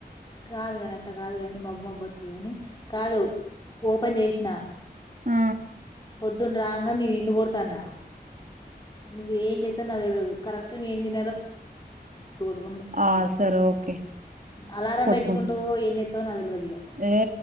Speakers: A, on the left; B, on the right.
A: కాదు కాని అట్ట కాదు కానీ మా అబ్బు మా పోతుంది కాని కాదు ఓపెన్ చేసినా
B: ఆ
A: పొద్దుండ రాంగానే నే నిన్ను కొడుత్ తన ను ఏం జెత్తవో నాకు తెల్వదు కరక్ట్ నేను మీ <unintelligible>
B: ఆ సరే ఓకే
A: అలారం
B: కొట్కుంట
A: పెట్టుకుంటవో ఏం చేత్తవో నాకు తెల్వదు ఇగ
B: ఏ